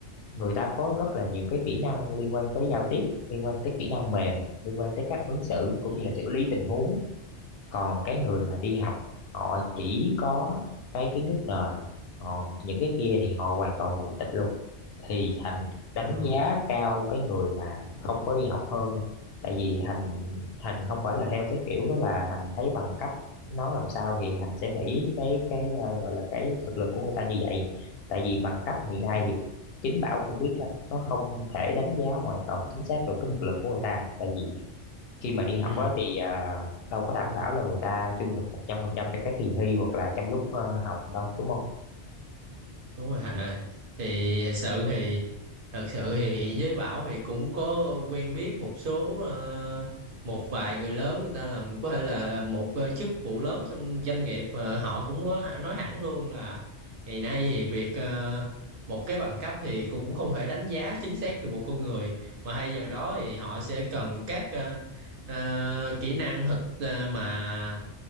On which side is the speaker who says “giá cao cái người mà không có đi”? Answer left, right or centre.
Left